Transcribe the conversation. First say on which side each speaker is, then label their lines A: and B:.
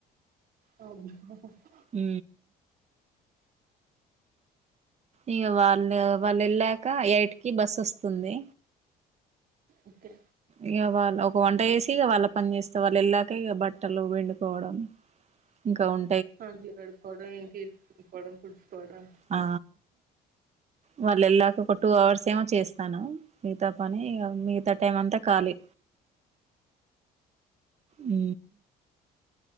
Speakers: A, on the right; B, on the right.
A: అ <unintelligible>
B: ఉ ఇగ వాళ్ళు ఏళ్లక ఎయిట్కి బస్ వస్తుంది
A: ఒకే
B: ఇగ వాళ్ళ ఒక వంట వేసి వాళ్ళ పని చేేస్త వాళ్ళ ఏళ్ళక ఇగ బట్టలు పిండుకోవడం ఇంకా ఉం
A: అంట్లు కడుకోవడం <unintelligible> తుడుచుకోవడం
B: ఆ వాళ్ళు ఏళ్లక ఒక టూ అవర్స్ ఏమో చేస్తాను మిగతా పని ఇగ <unintelligible> టైం అంతా ఖాలీ ఉ